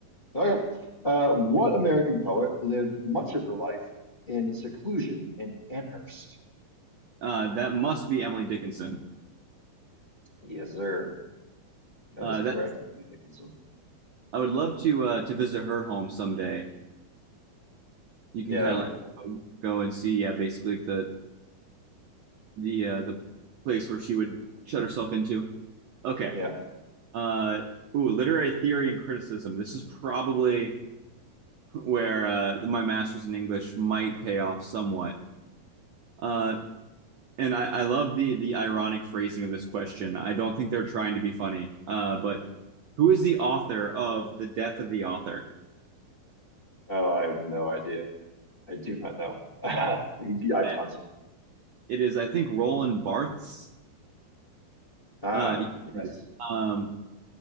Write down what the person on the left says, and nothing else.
Okay. Uh, what American poet lived much of her life in seclusion in Amherst?
Yes, sir. That
is correct.
Emily Dickinson.
Yeah,
that'd
be cool.
Yeah.
Oh, I have no idea. I do not know. <laughs> I
punt.
Ah,
yes.